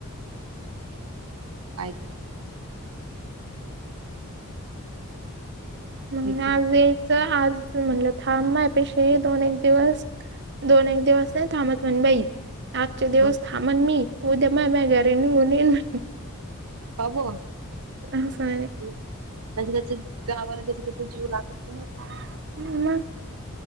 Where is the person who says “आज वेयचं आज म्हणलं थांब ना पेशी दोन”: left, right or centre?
Right